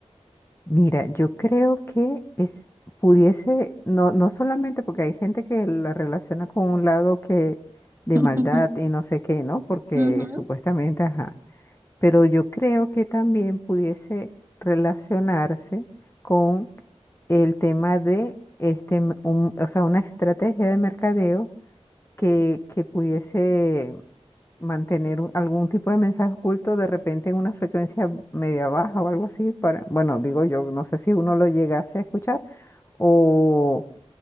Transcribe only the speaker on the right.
<laughs>
Ujú.
ujú.